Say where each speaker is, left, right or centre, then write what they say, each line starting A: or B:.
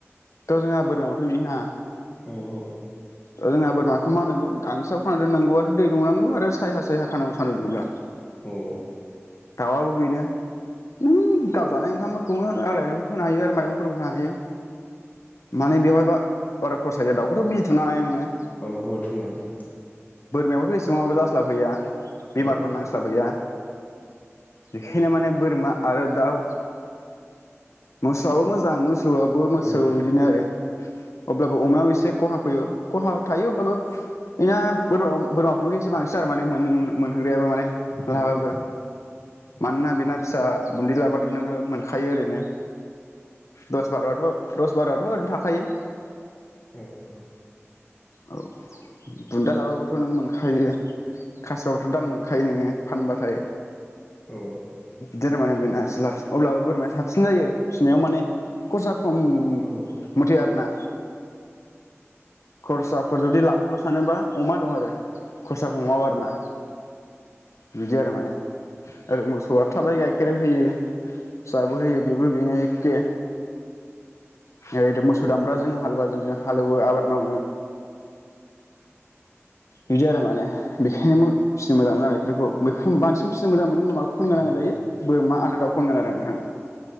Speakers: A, on the left; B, on the left.
A: थ जोंहा बोरमायावथ बिदि होनाङा
B: औ हो
A: जोंहा बोरमाखौ मा होनांगौ गांसोआव खाना दोननांगौ आरो दै दौनांगौ आरो साया सायहा खानांगौ सानदुं दुंब्ला
B: औ
A: दाउ आबो बेनो नों गावजानाय ओंखामफोरखौबो आग्लायनायखौ फोनो हायो आरो माइरंफोरबो होनो हायो माने बेयावहायबा बारा खरसा गैया दावखौथ बि थुनानै नोङो
B: औ हो थुनाङा थुनाङा
A: बोरमायाबोथ एसेबांबो जास्लाबहैया बेमारफोर
B: औ
A: नांस्लाब हैया बेखायनो माने बोरमा आरो दाउ मोसौआबो मोजां मोसौ मोसौआबो मोसौ
B: औ
A: बिदिनो आरो अब्लाबो अमायाव एसे खहा फैयो खहा थायो अब्लाबो बेनो बोरमा बोरमाफोरफोरखौ एसे बांसिन आरो माने मोन मोनहोग्रायाबो माने लाहा
B: औ
A: बाबो मानोना बेना फिसा बुन्दै लाबथ नोङो मोनखायो ओरैनो दस बारआथ दस बारावथ ओरैनो थाखायो।
B: औ नंगौ
A: औ बुन्दा लाबाबोथ नों मोनखायो खासिबाबोथ दाम मोनखायो नोङो फानबाथाय।
B: औ।
A: जेनेबा बेना एसेलाबसिन अब्लाबो बोरमाया साबसिन जायो फिसिनायाव माने खरसा खम
B: औ
A: मथे आरोना। खरसाफोर जुदि लाबखौल सानोबा अमा दं आरो। खरसा खमबाबो आरो ना। बिदि आरो माने। ओरै मोसौआ थाबाय गाइखेर होयो फिसाबो होयो बेबो बेनो एखे। <unintelligible> मोसौ दामब्राजों हालुवाजों हालेवो आबाद मावो। बिदि आरो माने बेखायनो फिसिनो मोजां मोनो आरो बेफोरखौ। बेखौ बांसिन फिसिनो मोजां मोनो <unintelligible> <unintelligible> गोनां
B: औ
A: जायो बोरमा आरो दाउख' होनगोन आरो नोंथां।